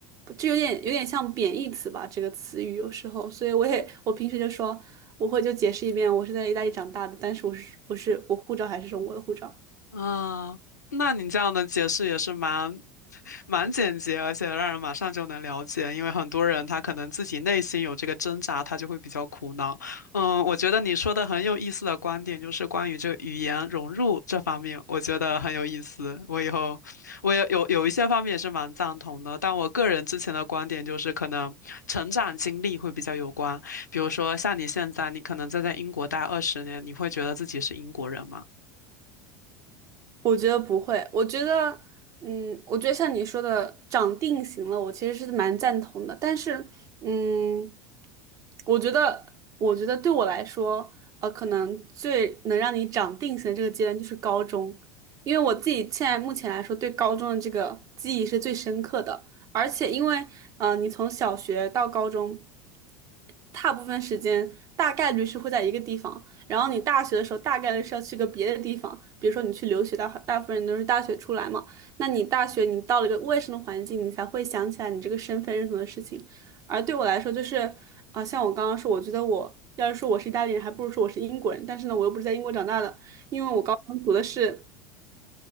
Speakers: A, on the right; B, on the left.
A: 就有点有点像贬义词吧，这个词语有时候，所以我也我平时就说。我会就解释一遍，我是在意大利长大的，但是我是我是我护照还是中国的护照。
B: 啊，那你这样的解释也是蛮蛮简洁，而且让人马上就能了解。因为很多人他可能自己内心有这个挣扎，他就会比较苦恼。嗯，我觉得你说的很有意思的观点就是关于这个语言融入这方面，我觉得很有意思。我以后我也有有一些方面也是蛮赞同的，但我个人之前的观点就是可能成长经历会比较有关。比如说像你现在，你可能再在英国待二十年，你会觉得自己是英国人吗？
A: 我觉得不会，我觉得，嗯，我觉得像你说的长定型了，我其实是蛮赞同的。但是，嗯，我觉得，我觉得对我来说，呃，可能最能让你长定型的这个阶段就是高中，因为我自己现在目前来说，对高中的这个记忆是最深刻的。而且，因为，呃，你从小学到高中，大部分时间大概率是会在一个地方。然后你大学的时候大概率是要去个别的地方，比如说你去留学，大大部分人都是大学出来嘛。那你大学你到了一个陌生的环境，你才会想起来你这个身份认同的事情。而对我来说，就是啊、像我刚刚说，我觉得我要是说我是意大利人，还不如说我是英国人。但是呢，我又不是在英国长大的，因为我高中读的是